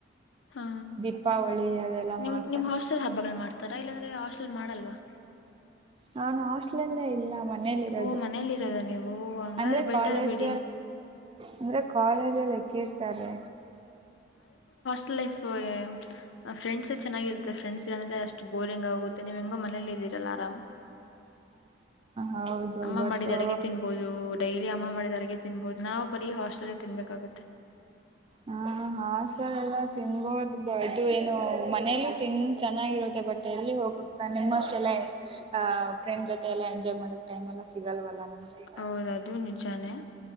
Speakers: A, on the left; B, on the right.
A: ಹಾ
B: ದೀಪಾವಳಿ ಅದೆಲ್ಲ
A: ನಿಮ್
B: ಮಾಡ್ತಾರೆ
A: ನಿಮ್ ಹಾಸ್ಟೆಲ್ ಹಬ್ಬಗಳು ಮಾಡ್ತಾರಾ ಇಲ್ಲಾಂದ್ರೆ ಹಾಸ್ಟೆಲ್ ಮಾಡಲ್ವಾ
B: ನಾನ್ ಹಾಸ್ಟ್ಲಲ್ಲೇ ಇಲ್ಲ ಮನೇಲಿ ಇರೋದು
A: ಓ ಮನೇಲಿ ಇರೋದ ನೀವು ಹಂಗಾದ್ರೆ
B: ಅಂದ್ರೆ
A: ಬೆಟರ್
B: ಕಾಲೇಜ
A: ಬಿಡಿ
B: ಅಂದ್ರೆ ಕಾಲೇಜ್ ಮಲ್ಲ ಕೇಳ್ತಾರೆ
A: ಸ್್ಲಿ್ ಸ ಫ್ರೆಂಡ್ಸ್ ಚೆನ್ನಾಗಿರುತ್ತೆ ಫ್ರೆಂಡ್ಸ್ ಇಲ್ಲಾಂದ್ರೆ ಅಷ್ಟು ಬೋರಿಂಗ್ ಆಗುತ್ತೆ ನೀವ್ ಹೆಂಗೋ ಮನೇಲಿ ಇದ್ದೀರಲ್ಲ ಆರಾಮ
B: ಹೌದು
A: ಅಮ್ಮ
B: ಬಟ್ಟು
A: ಮಾಡಿದ ಅಡಗೆ ತಿನ್ಬಹುದು ಡೈಲಿ ಅಮ್ಮ ಮಾಡಿದ ಅಡಗೆ ತಿನ್ಬಹುದು ನಾವವು ಬರೀ ಹಾಸ್ಟೆಲ್ ತಿನ್ಬೇಕಾಗುತ್ತೆ
B: ಹ ಹಾಸ್ಟೆಲ್ ಎಲ್ಲ ತಿನ್ಬೋದು ಬು ಏನೋ ಮ ಮನೇಲ್ಲ ತಿಿಂದ ಚೆನ್ನಾಗಿರುತ್ತೆ ಬಟ್ ಎಲ್ಲಿ ಹೋಗ ನಿಮ್ಮಷ್ಟೆಲ್ಲ ಆಹ ಫ್ರಂಡ್ ಜೊತೆ ಎಲ್ಲ ಎಂಜಾಯ್ ಮಾಡಕ್ಟೈಮ್ ಎಲ್ಲ ಸಿಗಲ್ವ ನಮಕಾರ
A: ಹೌದು ಅದು ನಿಜಾನೇ